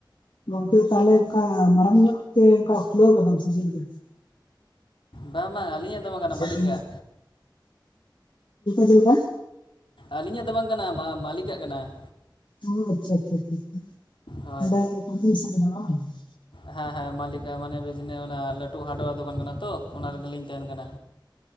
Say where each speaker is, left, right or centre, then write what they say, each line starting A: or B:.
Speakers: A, on the left; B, on the left.
A: ᱜᱚᱝᱠᱮ ᱛᱟᱦᱚᱞᱮ ᱚᱱᱠᱟ ᱢᱟᱨᱟᱝ ᱧᱚᱜ ᱜᱮ ᱚᱱᱠᱟ ᱠᱷᱩᱞᱟᱹᱣ ᱟᱠᱟᱫᱟᱢ ᱥᱮ ᱪᱮᱫ ᱞᱮᱠᱟ?
B: ᱵᱟᱝ, ᱵᱟᱝ ᱟᱹᱞᱤᱧᱟᱜ
A: <unintelligible>
B: ᱫᱚ ᱵᱟᱝ ᱠᱟᱱᱟ
A: ᱪᱮᱞᱠᱟ
B: ᱢᱟᱹᱞᱤᱠᱟᱜ
A: ᱪᱮᱫ ᱞᱮᱠᱟ
B: ᱟᱹᱞᱤᱧᱟᱜ ᱫᱚ ᱵᱟᱝ ᱠᱟᱱᱟ᱾ ᱢᱟᱹᱞᱤᱠᱟᱜ ᱠᱟᱱᱟ ᱾
A: ᱚ ᱟᱪᱪᱷᱟ, ᱟᱪᱪᱷᱟ, ᱟᱪᱪᱷᱟ
B: ᱦᱳᱭ
A: ᱚᱸᱰᱮ <inaudible>
B: ᱦᱮᱸ, ᱦᱮᱸ ᱢᱟᱹᱞᱤᱠᱟᱜ ᱢᱟᱱᱮ ᱵᱤᱡᱱᱤ ᱚᱱᱟ ᱞᱟᱹᱴᱩ ᱦᱟᱨᱰᱣᱮᱭᱟᱨ ᱫᱚᱠᱟᱱ ᱠᱟᱱᱟ ᱛᱚ, ᱚᱱᱟ ᱨᱮᱜᱮᱞᱤᱧ ᱛᱟᱦᱮᱱ ᱠᱟᱱᱟ ᱾